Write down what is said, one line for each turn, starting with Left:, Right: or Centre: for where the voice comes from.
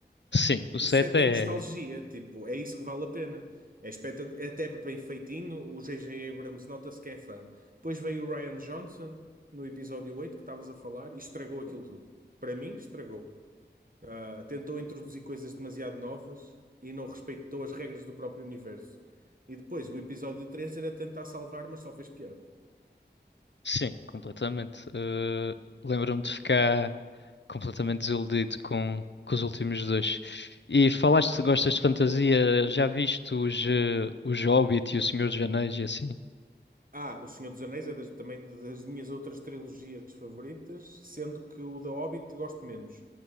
Left: sim, o 7
Right: O 7
Left: é.
Right: é nostalgia, tipo, é isso que vale a pena. É espetac... é até bem feitinho, o J J Abrams nota-se que é fã. Depois veio o Ryan Johnson no episódio 8 que estavas a falar e estragou aquilo tudo. Para mim, estragou. Ah, tentou introduzir coisas demasiado novas e não respeitou as regras do próprio universo. E depois o episódio 3 era tentar salvar, mas só fez pior.
Left: Sim, completamente. Ah, lembro-me de ficar completamente desiludido com, com os últimos dois. E falaste se gostas de fantasia, já viste os, eh, os Hobbit e o Senhor dos Anéis e assim?
Right: Ah, O Senhor dos Anéis é das- também das minhas outras trilogias favoritas, sendo que o da Hobbit gosto menos.